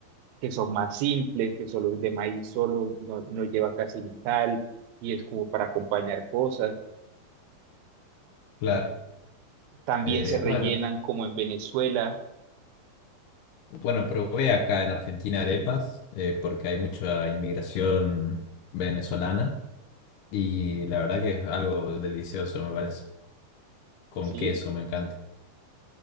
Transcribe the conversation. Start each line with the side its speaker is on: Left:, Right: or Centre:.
Right: que son más simples, que solo es de maíz solo, no, no lleva casi ni sal y es como para acompañar cosas.
Left: claro.
Right: También
Left: Eh,
Right: se rellenan
Left: bueno,
Right: como en Venezuela,
Left: bueno, probé acá en Argentina arepas eh, porque hay mucha inmigración venezolana y
Right: Ujú.
Left: la verdad que es algo delicioso, me parece. Con
Right: ¿sí?
Left: queso, me encanta.